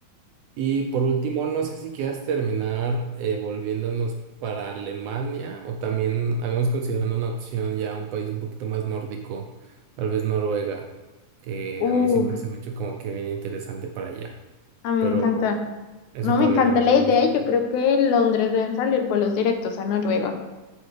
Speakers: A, on the right; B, on the left.
A: Y por último, no sé si quieras terminar eh, volviéndonos para Alemania o también habíamos considerado una opción ya un país un poquito más nórdico, tal vez Noruega, que
B: Uf,
A: a mí siempre se me ha hecho como que bien interesante para allá,
B: a mí
A: pero
B: me encanta.
A: eso
B: No,
A: todavía
B: me encanta
A: no lo
B: la
A: habíamos
B: idea
A: discutido.
B: y yo creo que en Londres deben salir vuelos directos a Noruega.